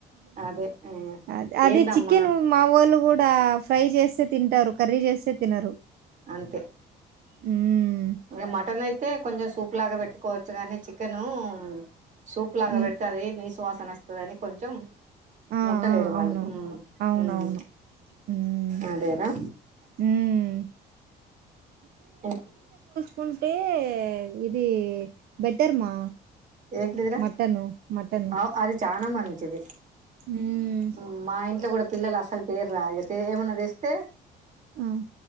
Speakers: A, on the right (about 45°); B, on the right (about 65°).
A: అదే ఆ
B: అ అదే
A: ఏందమ్మా
B: చికెన్ మా వాళ్ళు కూడా ఫ్రై చేస్తే తింటారు కర్రీ చేస్తే తిన్నరు
A: అంతే
B: మ్మ్
A: ఇంకా మటన్ అయితే కొంచెం సూప్ లాగా పెట్టుకో చగానే చికెను సూప్ లాగా
B: హ్మ్.
A: పెడతది నీసు వాసన వస్ తదని కొంచెం
B: ఆ!
A: ముట్టలేదు
B: ఆ!
A: వాళ్ళు
B: అవును.
A: మ్మ్
B: అవునవును.
A: హ్మ్
B: హ్మ్.
A: అదేరా
B: హ్మ్.
A: ఓ,
B: కుంటే ఇది బెటర్ మా
A: ఏంటిదిరా
B: మటను. మటను.
A: అవు అది చానా మ మంచిది
B: హ్మ్.
A: మ్మ్ మా ఇంట్లో కూడా పిల్లలు అసలు తేరురా తే ఏమన్నా చేస్ తే
B: మ్మ్